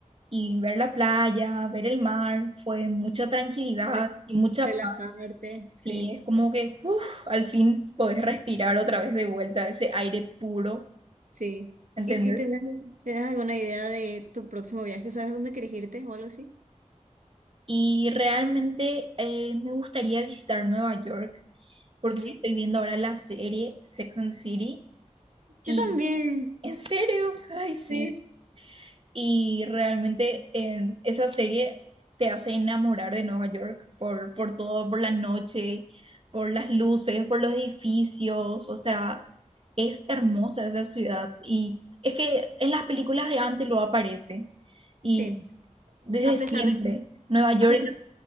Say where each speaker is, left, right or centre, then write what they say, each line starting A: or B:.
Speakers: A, on the right; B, on the right.
A: y ver la playa, ver el mar, fue mucha tranquilidad
B: Re-
A: y mucha
B: Relajarte,
A: paz. Sí,
B: sí.
A: es como que uf, al fin podés respirar otra vez de vuelta ese aire puro,
B: Sí.
A: ¿entendés?
B: ¿Y, y tenés, tenés alguna idea de tu próximo viaje? ¿Sabes dónde querés irte o algo así?
A: Y realmente eh, me gustaría visitar Nueva York. porque
B: Ujú.
A: estoy viendo ahora la serie Sex and the City
B: Yo
A: y
B: también.
A: en serio, ay sí.
B: Sí.
A: Y realmente en esa serie te hace enamorar de Nueva York por, por todo, por la noche, por las luces, por los edificios, o sea, es hermosa esa ciudad y es que en las películas de antes lo aparece y
B: Sí.
A: desde
B: A pesar
A: siempre
B: de,
A: Nueva York,
B: a pesar,